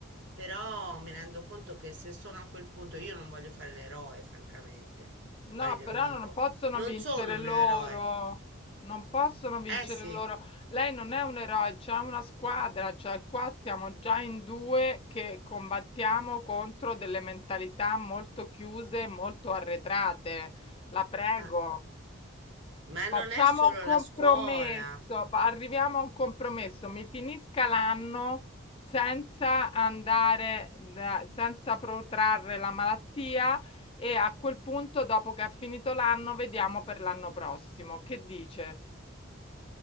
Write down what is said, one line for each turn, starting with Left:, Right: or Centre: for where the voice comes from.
Right: però mi rendo conto che se sono a quel punto io non voglio fare l'eroe, francamente.
Left: No,
Right: Guarda, glielo
Left: però
Right: dico,
Left: non possono
Right: non
Left: vincere
Right: sono
Left: loro.
Right: un eroe.
Left: Non possono vincere
Right: Eh sì,
Left: loro. Lei non è un eroe, c'è una squadra, cioè qua siamo già in due che combattiamo contro delle mentalità molto chiuse, molto arretrate. La prego.
Right: Eh, ma
Left: Facciamo
Right: non è solo
Left: un compromesso,
Right: la scuola.
Left: fa- arriviamo a un compromesso, mi finisca l'anno senza andare, da- senza protrarre la malattia e a quel punto, dopo che è finito l'anno, vediamo per l'anno prossimo. Che dice?